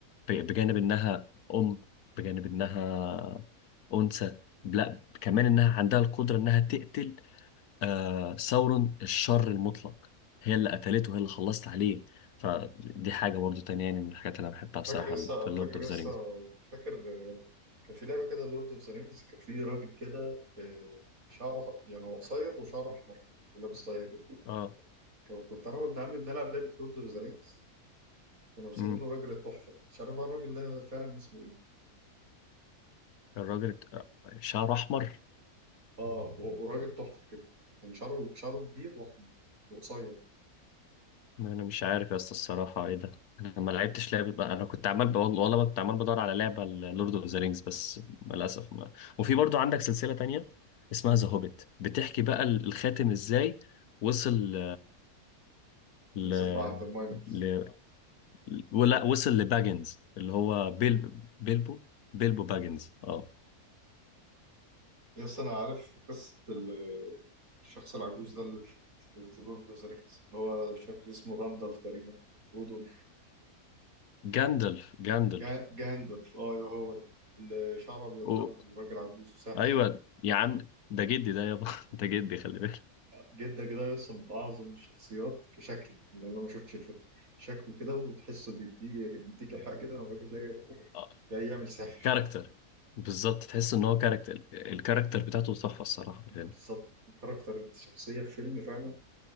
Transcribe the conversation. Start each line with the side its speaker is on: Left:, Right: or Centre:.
Left: ب- بجانب انها ام بجانب انها انثى لا كمان انها عندها القدرة انها تقتل آه ثورن الشر المطلق هي اللي قتلته هي اللي خلصت عليه فدي حاجة برضو تانية يعني من الحاجات اللي أنا بحبها بصراحة
Right: فاكر لسه
Left: في لورد
Right: فاكر
Left: أوف
Right: لسه
Left: ذا رينجز
Right: فاكر آه، كان في لعبه كده لورد اوف ذا رينجز كان في راجل كده آه، شعره ح- يعني هو قصير وشعره احمر ولابس طاقيه كده
Left: اه
Right: كان- كنت انا وابن عمي بنلعب لعبه لورد اوف ذا رينجز كنا مسمينه
Left: امم
Right: راجل التحفه مش عارف بقى الراجل ده فعلا اسمه ايه
Left: الراجل الت- آه، شعره أحمر
Right: اه و- وراجل تحفه كده كان شعره شعره كبير واحمر وقصير
Left: ما أنا مش عارف يا اسطى الصراحة إيه ده أنا ما لعبتش لعبة أنا كنت عمال ب- والله كنت عمال بدور على لعبة لورد أوف ذا رينجز بس للأسف ما وفي برضو عندك سلسلة تانية اسمها ذا هوبيت بتحكي بقى ال- الخاتم إزاي وصل ل...
Right: بس بقى عند الماين
Left: ل... ولا وصل لباجنز اللي هو بيل بيلبو بيلبو باجنز اه
Right: يس انا عارف قصه ال- الشخص العجوز ده اللي في ذا لورد اوف ذا رينجز اللي هو مش فاكر اسمه راندالف تقريبا رودولف
Left: جاندلف جاندلف
Right: جا- جاندلف اه ايوه هو ده اللي شعره ابيض
Left: و...
Right: ده وراجل عجوز وساحر
Left: ايوه يا عم ده جدي ده يابا <laughs> ده جدي خلي بالك
Right: جدا كده يس من اعظم الشخصيات كشكل لان انا ما شفتش الفيلم شكله كده وتحسه بيديك بيديك ايحاء كده ان الراجل ده
Left: آه،
Right: جاي يعمل ساحر
Left: كاركتر بالظبط تحس ان هو كاركتر الكاركتر بتاعته تحفه الصراحه
Right: بالظبط
Left: يعني
Right: كاركتر الشخصية في فيلم فعلا